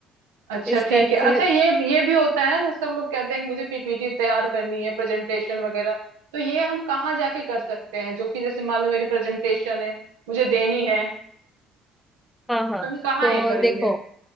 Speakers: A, on the right; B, in the centre.
A: अच्छा
B: इस
A: ठीक
B: टाइप
A: है
B: से
A: अच्छा ये ये भी होता है ना जैसे सब लोग कहते हैं कि मुझे पीपीटी तैयार करनी है प्रेजेंटेशन वगैरह तो ये हम कहाँ जाके कर सकते हैं जो कि जैसे मान लो मेरी प्रेजेंटेशन है मुझे देनी है
B: हाँ हाँ
A: तो हम कहाँ
B: तो
A: ये करेंगे
B: देखो